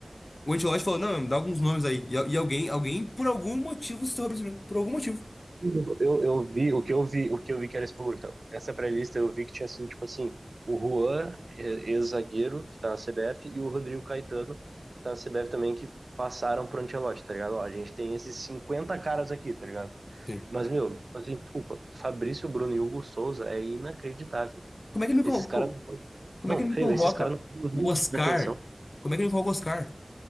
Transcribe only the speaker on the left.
O Ancelotti falou, não, dá alguns nomes aí. E, al- e alguém, alguém, por algum motivo, citou o Fabrício Bruno. Por algum motivo.
Sim.
Como é que ele me,
con-
co-
como
é que ele
me convoca?
O
Oscar.
Como é que ele me convoca o Oscar?